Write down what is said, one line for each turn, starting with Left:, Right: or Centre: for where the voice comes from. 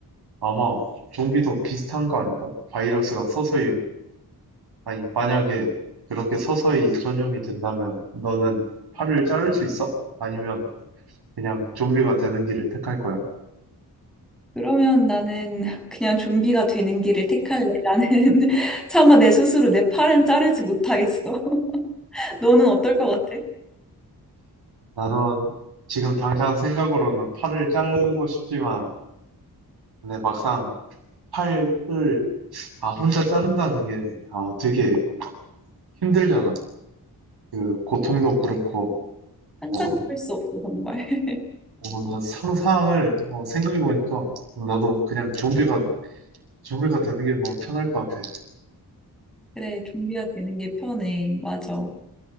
Right: 아마 좀비도 비슷한 거 아닐까? 바이러스가 서서히, 아니, 만약에 그렇게 서서히 전염이 된다면 너는 팔을 자를 수 있어? 아니면 그냥 좀비가 되는 길을 택할 거야?
Centre: 그러면 나는 그냥 좀비가 되는 길을 택할래. 나는 <laughs> 차마 내 스스로 내 팔은 자르지 못하겠어. <laughs> 너는 어떨 것 같아?
Right: 나는 지금 당장 생각으로는 팔을 자르고 싶지만 근데 막상 팔을 아 혼자 자른다는 게 아 되게 힘들잖아. 그 고통도 그렇고
Centre: 상상도
Right: 어,
Centre: 할 수 없어, 정말. <laughs>
Right: 어, 나 상상을 어, 생각해보니까 나도 그냥 좀비가 좀비가 되는 게 뭐 편할 것 같아.
Centre: 그래, 좀비가 되는 게 편해. 맞아.